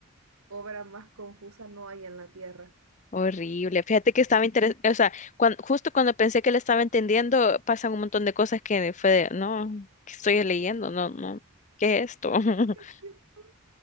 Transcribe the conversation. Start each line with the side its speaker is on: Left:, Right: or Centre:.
Right: obra más confusa no hay en la tierra.
Left: Horrible. Fíjate que estaba interesante, o sea, cuan- justo cuando pensé que la estaba entendiendo, pasan un montón de cosas que fue de, no, ¿qué estoy leyendo? No, no, ¿qué es esto? <laughs>
Right: <laughs> Es cierto,